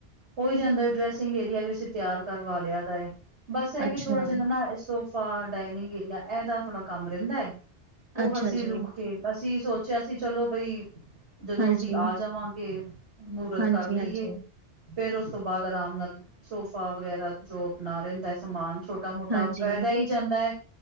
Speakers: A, on the right; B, on the right.
A: ਹੋਈ ਜਾਂਦਾ ਡਰੈਸਿੰਗ ਏਰੀਆ ਵੀ ਅਸੀਂ ਤਿਆਰ ਕਰਵਾ ਲਿਆ ਦਾ ਏ। ਬਸ ਇਹ
B: ਅੱਛਾ
A: ਕਿ ਥੋੜ੍ਹਾ ਜਿਨ੍ਹਾਂ ਸੋਫਾ, ਡਾਇਨਿੰਗ ਏਰੀਆ ਇਹਦਾ ਥੋੜ੍ਹਾ ਕੰਮ ਰਹਿੰਦਾ ਏ। ਉਹ
B: ਅੱਛਾ
A: ਅਸੀਂ
B: ਜੀ
A: ਰੁਕ ਕੇ ਅਸੀਂ ਸੋਚਿਆ ਸੀ ਚਲੋ ਬਈ ਜਦੋਂ
B: ਹਾਂਜੀ
A: ਵੀ ਆ ਜਾਵਾਂਗੇ, ਮਹੂਰਤ
B: ਹਾਂਜੀ
A: ਕਰ ਲਈਏ।
B: ਹਾਂਜੀ
A: ਫੇਰ ਉਸ ਤੋਂ ਬਾਦ ਆਰਾਮ ਨਾਲ ਸੋਫਾ ਵਗੈਰਾ ਜੋ ਅਪਣਾ ਰਹਿੰਦਾ ਸਮਾਨ ਛੋ ਕੰਮ ਮੋਟਾ
B: ਹਾਂਜੀ
A: ਰਹੀ ਜਾਂਦਾ ਹੈ